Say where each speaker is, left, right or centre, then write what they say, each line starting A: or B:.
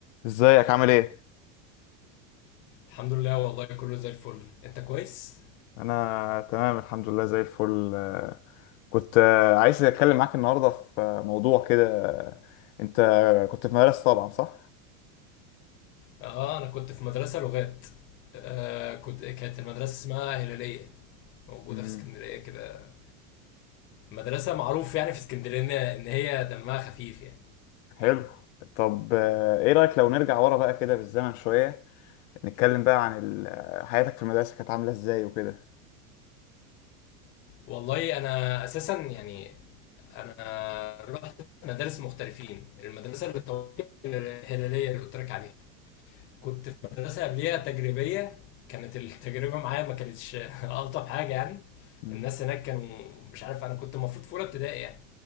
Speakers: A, on the left; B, on the left.
A: ازيك عامل ايه؟
B: الحمد لله والله كله زي الفل انت كويس
A: انا تمام الحمد لله زي الفل آه، كنت آه، عايز اتكلم معاك النهارده في آه، موضوع كده آه، انت كنت في مدرسة طبعا صح؟
B: اه انا كنت في مدرسة لغات آه كنت كانت المدرسة اسمها هلالية موجودة
A: امم
B: في اسكندرية كده مدرسة معروف يعني في اسكندرية ان ان هي دمها خفيف يعني
A: حلو طب آه، ايه رأيك لو نرجع ورا بقى كده بالزمن شوية نتكلم بقى عن ال- آه، حياتك في المدرسة كانت عاملة ازاي وكده
B: والله انا اساسا يعني انا رحت مدارس مختلفين المدرسة اللي طوعت- الهلالية اللي قلت لك عليها كنت في مدرسة قبليها تجريبية كانت التجربة معايا ما كانتش <laughs> ألطف حاجة يعني
A: امم
B: الناس هناك كانوا مش عارف انا كنت المفروض في اولى ابتدائي يعني